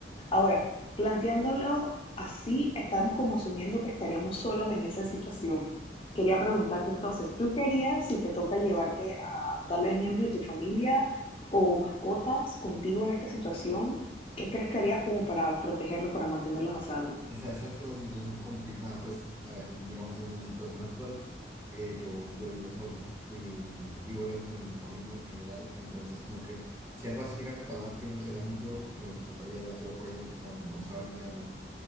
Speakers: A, on the left; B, on the right.
A: Ahora, planteándolo así, estamos como asumiendo que estaríamos solos en esa situación. Quería preguntarte entonces, ¿tú qué harías si te toca llevarte a tal vez miembros de tu familia o mascotas contigo en esta situación? ¿Qué crees que harías como para protegerlos, para mantenerlos a salvo?
B: Esa, esa es la situación complicada, pues, a ver, digamos, en mi situación actual, eh, yo, yo vivo solo y vivo lejos de mi familia en general, entonces como que si algo así llegase a pasar, primero sería muy duro porque me preocuparía demasiado por ellos, no, no sabría, no.